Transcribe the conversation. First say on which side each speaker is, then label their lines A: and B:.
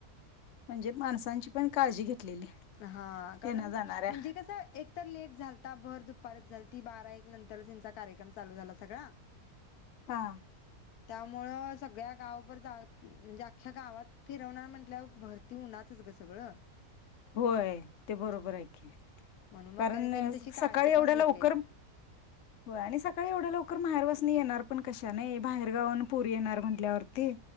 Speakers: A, on the left; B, on the left.
A: म्हणजे माणसांची पण काळजी घेतलेली
B: हा कारण
A: येण्या जाणाऱ्या
B: म्हणजे कसं एक तर लेट झालता भर दुपारच झालती बारा एक नंतर त्यांचा कार्यक्रम चालू झाला सगळा
A: हा
B: त्यामुळं सगळ्या गावभर जा म्हणजे अख्ख्या गावात फिरवणार म्हंटल्याव भरती उन्हाचंच गं सगळं
A: व्हय ते बरोबर आहे की
B: म्हणून मग
A: कारण
B: का नाही त्यांनी तशी काळजी
A: सकाळी एवढ्या
B: पण घेतलेली.
A: लवकर होय आणि सकाळी एवढ्या लवकर माहेरवास येणार पण कशाने बाहेरगावाणं पोरी येणार म्हटल्यावरती